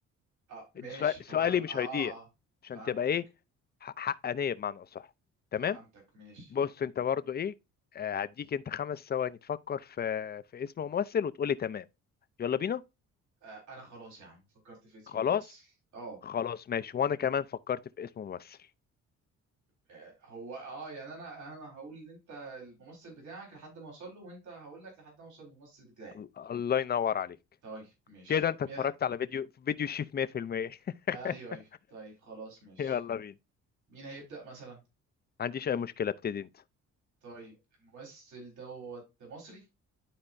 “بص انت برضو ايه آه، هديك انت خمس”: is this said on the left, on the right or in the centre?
Left